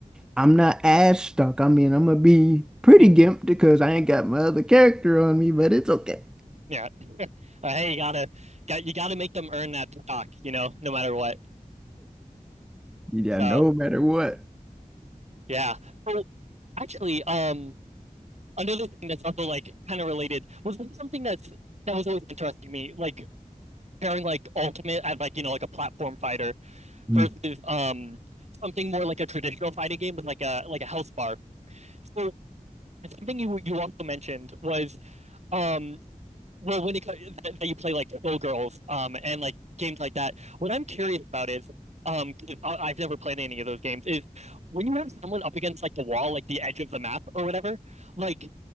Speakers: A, in the centre; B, on the right (about 50°).
A: I'm not as stuck. I mean, I'm gonna be pretty
B: Hmm.
A: gimped because I ain't got my other character on me, but it's okay.
B: Yeah. <laughs> Uh, hey, you gotta, got you gotta make them earn that stock, you know, no matter what.
A: Yeah,
B: So
A: no matter what.
B: yeah. So actually, um. another thing that's also like kind of related was something that's that was always interesting to me, like pairing like Ultimate as like you know like a platform fighter versus
A: Mm.
B: um something more like a traditional fighting game with like a like a health bar. So something you you also mentioned was um well, when it co- that, that you play like Skull Girls, um, and like games like that. What I'm curious about is, um, 'cause I- I've never played any of those games. Is when you have someone up against like the wall, like the edge of the map or whatever, like